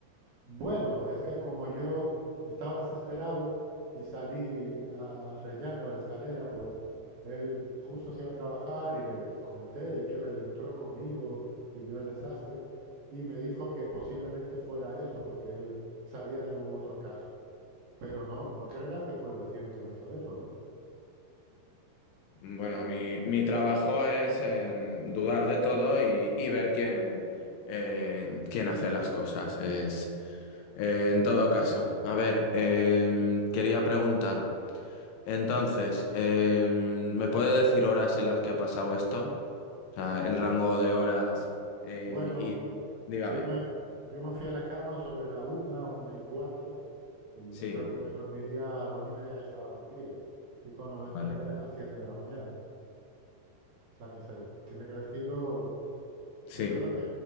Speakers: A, on the right (about 60°); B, on the left (about 80°).
A: Bueno, es que como yo estaba desesperado y salí a- al rellano de la escalera, pues él justo se iba a trabajar y le, le comenté, de hecho él entró conmigo y vio el desastre y me dijo que posiblemente fuera eso porque él sabía de algún otro caso, pero no, no creerás que fue el vecino que me hizo eso, ¿no?
B: Bueno, mi, mi trabajo es en dudar de todo y, y ver quién, eh, quién hace las cosas. Es, eh, en todo caso, a ver, eh, quería preguntar. Entonces, eh, ¿me puede decir horas en las que ha pasado esto? O sea, el rango de horas eh,
A: Bueno,
B: y dígame.
A: Yo me, yo me fui a la cama sobre la una, una y cuarto, y
B: Sí,
A: yo creo que me dormiría a la una y media ya estaba dormido. Y cuando me desperté
B: vale.
A: eran las siete de la mañana. O sea que se tiene que haber sido,
B: Sí,
A: yo creo que